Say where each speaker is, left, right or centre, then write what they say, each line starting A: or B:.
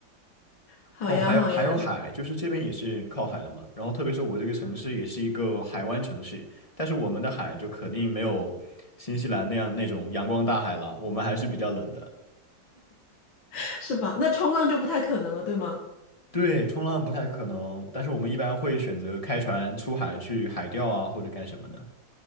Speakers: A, on the left (about 75°); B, on the left (about 20°).
A: 好呀好呀，
B: 哦，还有还有海，就是这边也是靠海的嘛。然后特别是我这个城市也是一个海湾城市，但是我们的海就肯定没有新西兰那样那种阳光大海了，我们还是比较冷的。
A: <laughs> 是吧？那冲浪就不太可能了，对吗？
B: 对，冲浪不太可能，但是我们一般会选择开船出海去海钓啊，或者干什么的。